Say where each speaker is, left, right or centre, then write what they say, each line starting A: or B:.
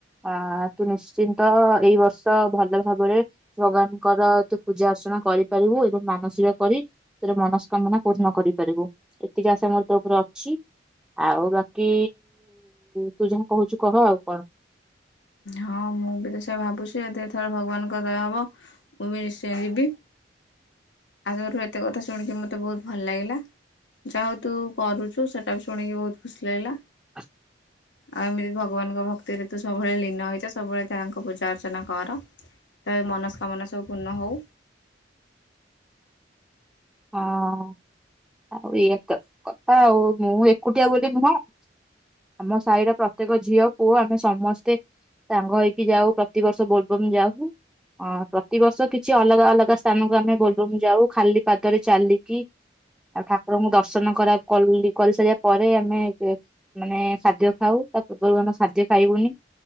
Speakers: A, in the centre; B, on the left.
A: ଅ ତୁ ନିଶ୍ଚିନ୍ତ ଏଇ ବର୍ଷ ଭଲ ଭାବରେ ଭଗବାନଙ୍କର ତୁ ପୂଜା ଅର୍ଚ୍ଚନା କରିପାରିବୁ। ଏବଂ ମାନସିକ କରି ତୋର ମନସ୍କାମନା ପୂର୍ଣ କରିପାରିବୁ। ଏତିକି ଆଶା ମୋର ତୋ ଉପରେ ଅଛି। ଆଉ ବାକି ତୁ ଯହା କହୁଛୁ କହ ଆଉ କଣ।
B: ହଁ ମୁଁ ବି ତ ସେ ଭାବୁଛି। ଏଦି ଥର ଭଗବାନଙ୍କ ଦୟା ହବ ମୁଁ ବି ନିଶ୍ଚୟ ଯିବି। <inaudible> ଆଉ ତୋଠୁ ଏତେ କଥା ଶୁଣିକି ମତେ ବହୁତ ଭଲ ଲାଗିଲା। ଯାହା ହଉ ତୁ କରୁଛୁ ସେଇଟା ବି ଶୁଣିକି ବହୁତ ଖୁସି ଲାଗିଲା।
A: <inaudible>
B: ଆଉ ଏମିତି ଭଗବାନଙ୍କ ଭକ୍ତିରେ ତୁ ସବୁବେଳେ ଲୀନ ହେଇଯା। ସବୁବେଳେ ତାଙ୍କ ପୂଜା ଅର୍ଚ୍ଚନା କର ତା ମନସ୍କାମନା ସବୁ ପୂର୍ଣ୍ଣ ହଉ।
A: ହଁ <inaudible> ଆଉ ଇଏ ତ କଥା ଆଉ ମୁଁ ଏକୁଟିଆ ବୋଲି ନୁହଁ। <inaudible> ଆମ ସାହିର ପ୍ରତ୍ୟେକ ଝିଅ ପୁଅ ଆମେ ସମସ୍ତେ ସାଙ୍ଗ ହେଇକି ଯାଉ। ପ୍ରତିବର୍ଷ ବୋଲବମ ଯାଉ ପ୍ରତିବର୍ଷ କିଛି ଅଲଗା ଅଲଗା ସ୍ଥାନକୁ ଆମେ ବୋଲବମ ଯାଉ। ଖାଲି ପାଦରେ ଚାଲିକି <inaudible> ଆଉ ଠାକୁରଙ୍କୁ ଦର୍ଶନ କରା କଲି କରିସାରିବା ପରେ ଆମେ ମାନେ ଖାଦ୍ୟ ଖାଉ ତା ପୂର୍ବରୁ ଆମେ ଖାଦ୍ୟ ଖାଇବୁନି।